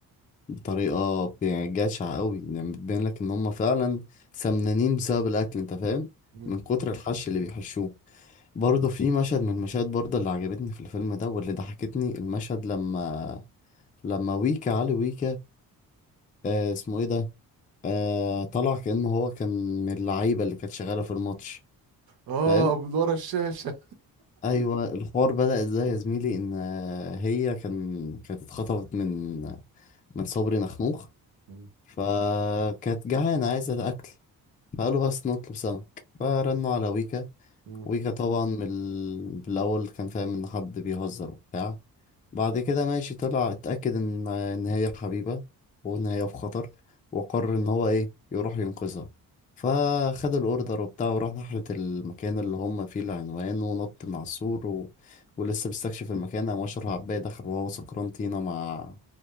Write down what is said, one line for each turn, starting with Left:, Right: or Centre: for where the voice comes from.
Left: بطريقة يعني جشعة قوي يعني بتبين لك ان هم فعلا سمنانين بسبب الاكل انت فاهم
Right: مم.
Left: من كتر الحش اللي بيحشوه برضه في مشهد من المشاهد برضه اللي عجبتني في الفيلم ده واللي ضحكتني المشهد لما لما ويكا علي ويكا آه اسمه ايه ده آه طلع كأنه هو كان من اللعيبة اللي كانت شغالة في الماتش
Right: اه
Left: فاهم
Right: من ورا الشاشه
Left: ايوه الحوار بدأ ازاي يا زميلي ان آه، هي كان كانت اتخطفت من من صبري نخنوخ
Right: مم.
Left: فكانت جعانة عايزة أكل فقالوا بس نطلب سمك فرنوا على ويكا
Right: مم.
Left: ويكا طبعا من ال... بالأول كان فاهم إن حد بيهزر وبتاع بعد كده ماشي طلع اتأكد إن إن هي حبيبة وإن هي في خطر وقرر إن هو إيه يروح ينقذها فخد الأوردر وبتاع وراح ناحية المكان اللي هم فيه العنوان ونط من على السور و... ولسه بيستكشف المكان قام أشرف عباية دخل وهو سكران طينة مع